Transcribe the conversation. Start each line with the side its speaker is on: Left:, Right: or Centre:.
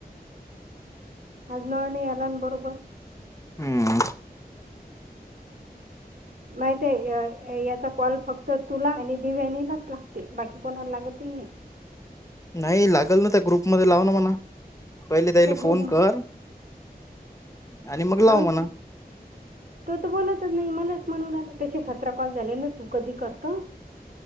Right: अज नोड न याला ना बरोबर
Left: हम्म
Right: माहित आहे याचा कॉल फक्त तुला आणि दिव्यानीलाच ते बाकी कोणाला लागत ही नाही
Left: नाही लागल ना त्या ग्रुप मग लाव ना मणा पहिले त्याला
Right: त्या ग्रुप
Left: फोन कर आणि मग लाव
Right: हो
Left: म्हणा
Right: ते- तर तो बोलतच नाही मलाच म्हणून आलं त्याचे सतरा कॉल झाले ना तू कधी करत